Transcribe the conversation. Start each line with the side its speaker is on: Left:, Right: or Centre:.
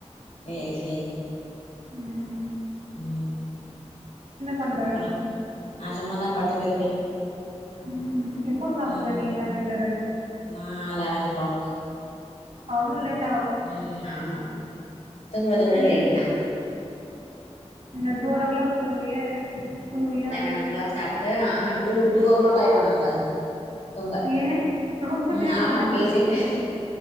Left: சேரி சேரி
Right: உம்
Left: உம்
Right: பண்ற?
Left: அப்பறோ நான் சும்மாதான் படுத்துட்டு இருக்கேன்
Right: உம் எப்போ சாப்பிடுவே
Left: ம்
Right: நீல்லா டின்னர்ரு
Left: நா <inaudible>
Right: அவ்ளோ லேட்
Left: உம் ஆமா தூங்கறத ஊட லெட்
Right: ஏன்?
Left: தான்
Right: <unintelligible>
Left: லெவன் ஓ கிளாக் சாப்ட்டு ஆ. டூ ஓ கிளாக் ஆயிடும்ம் நாங்க தூங்க
Right: ஏன்? அவ்ளோ
Left: உம்
Right: நேரம்
Left: ஆமா
Right: என்ன
Left: பேசிட்டு
Right: பண்ணிருக்க?